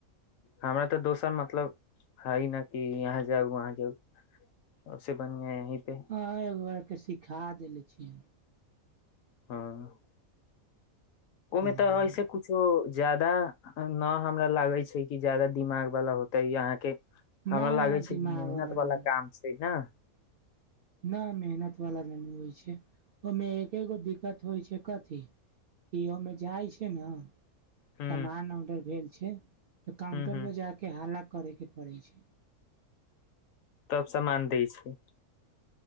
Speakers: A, on the left; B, on the right.
A: हमरा तऽ दोसर मतलब हय न कि यहाँ जाउ वहाँ जाउ ओ से बनियाँ यहीं पे
B: हँ एकगोरे के सिखा देले छियै
A: हँ ओय मे
B: हँ
A: तऽ ऐसे कुछो ज्यादा न हमरा लागे छै कि जादा दिमाग वाला होतै यहाँके हमरा
B: ना
A: लागै छै
B: दिमागवला
A: कि मेहनत वाला
B: ना
A: काम छै न
B: न मेहनत वला नहि होय छै ओमे एकेगो दिक्कत होइ छै कथि कि ओमे जाय छै ने
A: ह
B: सामान ऑर्डर भेल छै तऽ काउंटर
A: ह ह
B: पर जा कऽ हाल्ला करयके पड़ै छै
A: तब सामान दै छै